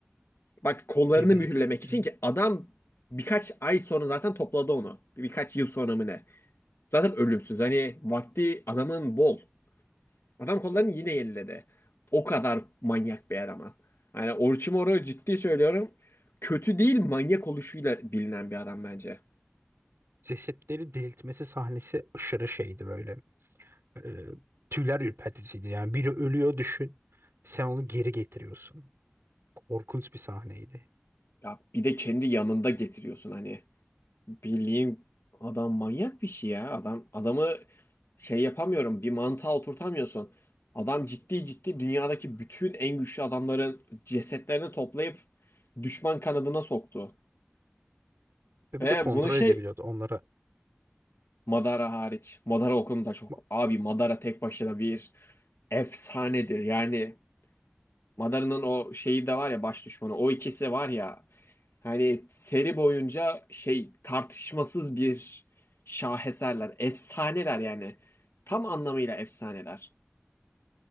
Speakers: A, on the left; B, on the right.
A: Bak kollarını
B: Geberip
A: mühürlemek
B: gitti.
A: için ki adam birkaç ay sonra zaten topladı onu. Birkaç yıl sonra mı ne? Zaten ölümsüz. Hani vakti adamın bol. Adam kollarını yine yeniledi. O kadar manyak bir eleman. Hani Orochimaru ciddi söylüyorum. Kötü değil manyak oluşuyla bilinen bir adam bence.
B: Cesetleri diriltmesi sahnesi aşırı şeydi böyle. E, tüyler ürperticiydi. Yani biri ölüyor düşün. Sen onu geri getiriyorsun. Korkunç bir sahneydi.
A: Ya bir de kendi yanında getiriyorsun hani. Bildiğin adam manyak bir şey ya. Adam adamı şey yapamıyorum. Bir mantığa oturtamıyorsun. Adam ciddi ciddi dünyadaki bütün en güçlü adamların cesetlerini toplayıp düşman kanadına soktu.
B: Ve
A: Ve
B: bir de kontrol
A: bunu şey
B: edebiliyordu onlara.
A: Madara hariç. Madara okulunda çok.
B: Ba-
A: Abi Madara tek başına bir efsanedir. Yani Madara'nın o şeyi de var ya baş düşmanı. O ikisi var ya. Hani seri boyunca şey tartışmasız bir şaheserler. Efsaneler yani. Tam anlamıyla efsaneler.